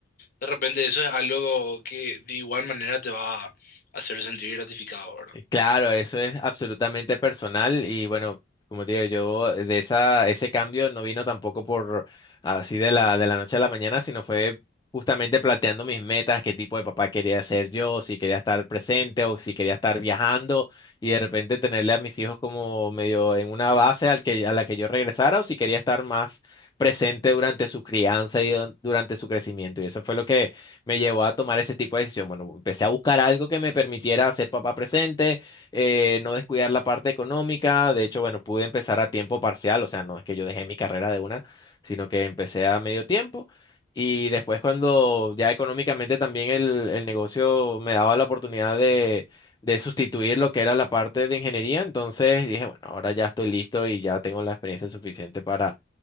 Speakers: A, on the left; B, on the left.
A: de repente eso es algo que de igual manera te va a hacer sentir gratificado, ¿verdad?
B: Eh, Claro, eso es absolutamente personal y bueno, como te digo, yo de esa, ese cambio no vino tampoco por así de la, de la noche a la mañana, sino fue justamente planteando mis metas, qué tipo de papá quería ser yo, si quería estar presente o si quería estar viajando y de repente tenerle a mis hijos como medio en una base al que, a la que yo regresara o si quería estar más presente durante su crianza y don- durante su crecimiento. Y eso fue lo que me llevó a tomar ese tipo de decisión. Bueno, empecé a buscar algo que me permitiera ser papá presente, eh, no descuidar la parte económica. De hecho, bueno, pude empezar a tiempo parcial, o sea, no es que yo dejé mi carrera de una, sino que empecé a medio tiempo. Y después cuando ya económicamente también el, el negocio me daba la oportunidad de, de sustituir lo que era la parte de ingeniería, entonces dije, bueno, ahora ya estoy listo y ya tengo la experiencia suficiente para,